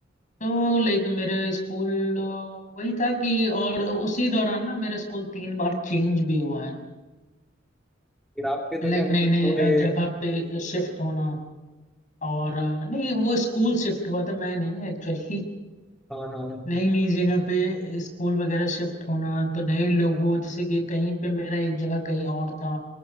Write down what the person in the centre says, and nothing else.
फिर आपके तो
क्या मतलब
पूरे
हाँ हाँ हाँ